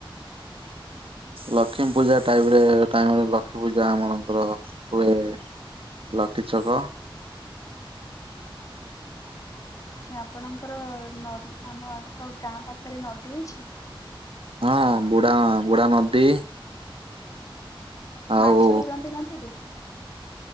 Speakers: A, on the right; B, on the left.
A: ଲକ୍ଷ୍ମୀ ପୂଜା ଟଇମ୍ ରେ ଟାଇମରେ ଲକ୍ଷ୍ମୀ ପୂଜା ଆମରଙ୍କର ହୁଏ। ଲକିଛକ।
B: କି ଆପଣଙ୍କର ନ ଆମ ଗାଁ ପାଖରେ ନଦୀ ଅଛି?
A: ହଁ ବୁଢା ବୁଢା ନଦୀ। ଆଉ
B: ମାଛ ଧରନ୍ତି ନଦୀରୁ?